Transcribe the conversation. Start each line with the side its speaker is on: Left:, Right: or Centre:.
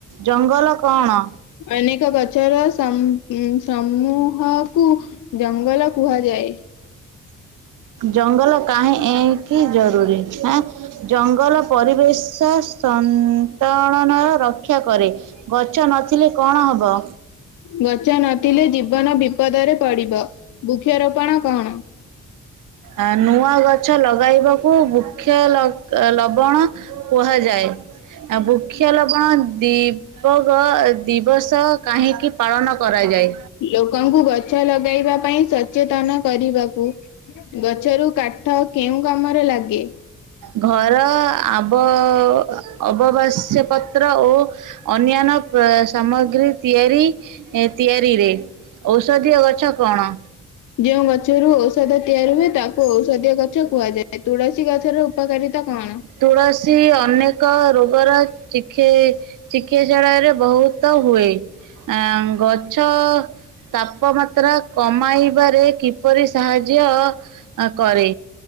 Right: ଜଙ୍ଗଲ କଅଣ?
Left: ଅନେକ ଗଛର ସମୂ ସମୂହକୁ ଜଙ୍ଗଲ କୁହାଯାଏ।
Right: ଜଙ୍ଗଲ କାହିଁକି ଜରୁୁରୀ ଆଁ? ଜଙ୍ଗଲ ପରିବେଶ ସନ୍ତଳଣନର ରକ୍ଷା କରେ। ଗଛ ନଥିଲେ କଣ ହବ?
Left: ଗଛ ନଥିଲେ ଜୀବନ ବିପଦରେ ପଡିବ। ବୃକ୍ଷରୋପଣ କଅଣ?
Right: ଆ ନୂଆ ଗଛ ଲଗାଇବାକୁ ବୃକ୍ଷ ଲ ଅ ଲବଣ କୁହାଯାଏ। ଆ ବୃକ୍ଷ ଲବଣ ଦି ଦିପଗ ଦିବସ କାହିଁକି ପାଳନ କରାଯାଏ?
Left: ଲୋକଙ୍କୁ ଗଛ ଲଗାଇବା ପାଇଁ ସଚେତନ କରିବାକୁ। ଗଛରୁ କାଠ କେଉଁ କାମରେ ଲାଗେ?
Right: ଘର ଆବ ଅବବାସ୍ୟ ପତ୍ର ଓ ଅନ୍ୟାନ୍ୟ ସାମଗ୍ରୀ ତିଆରି, ଏ ତିଆରିରେ। ଔଷଧୀୟ ଗଛ କଅଣ?
Left: ଯେଉଁ ଗଛରୁ ଔଷଧ ତିଆରି ହୁଏ, ତାକୁ ଔଷଧୀୟ ଗଛ କୁହାଯାଏ। ତୁଳସୀ ଗଛର ଉପକାରିତା କଅଣ?
Right: ତୁଳସୀ ଅନେକ ରୋଗର ଚିଖି ଚିକିତ୍ସାଳୟରେ ବହୁତ ହୁଏ। ଆଁ ଗଛ ତାପମାତ୍ରା କମାଇବାରେ କିପରି ସାହାଯ୍ୟ ଅ କରେ?